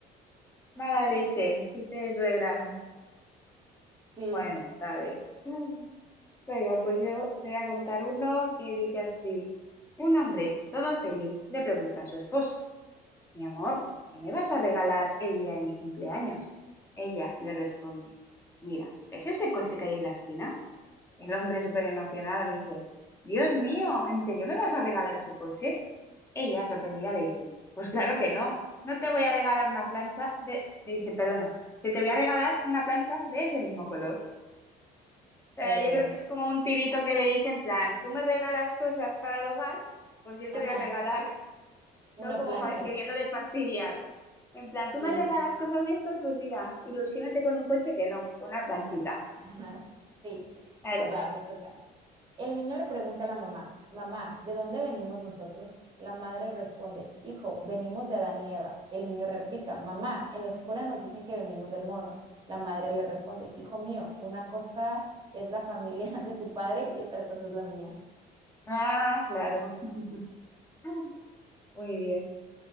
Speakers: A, on the left (about 15°); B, on the right (about 25°).
A: Mala leche, chiste de suegras.
B: Sí,
A: Bueno, está bien. <laughs> Venga, pues yo te voy a contar uno que dice así. Un hombre, todo feliz, le pregunta a su esposa, Mi amor, ¿qué me vas a regalar el día de mi cumpleaños? Ella le responde, Mira, ¿ves ese coche que hay en la esquina? El hombre súper emocionado le dice, Dios mío, ¿en serio me vas a regalar ese coche? Ella, sorprendida, le dice, Pues claro que no, no te voy a regalar una plancha de... Le dice, perdona, que te voy a regalar una plancha de ese mismo color sea,
B: uh,
A: yo creo que es como un tirito que le dice en plan, tú me regalas cosas para el hogar, pues yo te
B: ajá,
A: voy a regalar, <laughs>
B: una
A: ¿no? Como
B: plancha.
A: fa- queriéndole fastidiar. En plan, tú
B: Sí,
A: me regalas cosas de esto, pues mira, ilusiónate con un coche que no, con una planchita.
B: <laughs> Ajá, Sí,
A: Claro.
B: va, me toca. El niño le pregunta a la mamá, mamá, ¿de dónde venimos nosotros? La madre responde, hijo, venimos de Adán y Eva. El niño replica, mamá, en la escuela nos dicen que venimos del mono. La madre le responde, hijo mío, una cosa es la familia <laughs> de tu padre y otra cosa es la mía.
A: Ah, claro. <laughs> Ah, Muy bien.